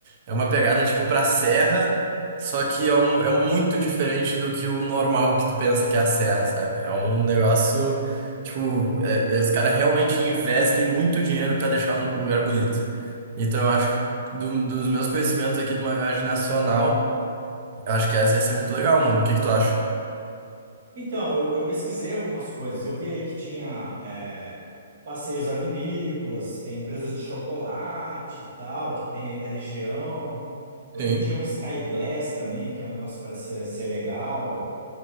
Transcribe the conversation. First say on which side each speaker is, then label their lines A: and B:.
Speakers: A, on the right; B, on the right.
A: é uma pegada tipo pra serra, só que é, um, é muito diferente do que o normal que tu pensa que é a serra, sabe? É um negócio tipo, é- é- os caras realmente investem muito dinheiro pra deixar um lugar bonito. Então eu acho que do- dos meus conhecimentos aqui de uma viagem nacional, eu acho que essa ia ser muito legal, mano. O que que tu acha?
B: Então, eu, eu pesquisei algumas coisas. Eu vi aí que tinha é, passeios a vinícolas, é, empresas de chocolate e tal, que tem aí da região. Eu
A: Sim.
B: vi que tinha um Sky Glass também, que é um negócio que parece ser, ser legal.